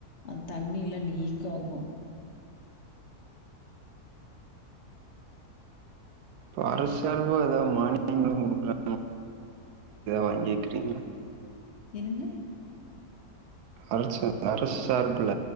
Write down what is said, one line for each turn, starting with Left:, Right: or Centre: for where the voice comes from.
Left: அந் தண்ணி எல்லா லீக் ஆகு
Right: அப்போ அரசு சார்பா எதாது மானியோ ங்ளு குடுக்கலா வாங்கிக்றீங்ளா
Left: என்னங்க
Right: அரசு அரசு சார்புல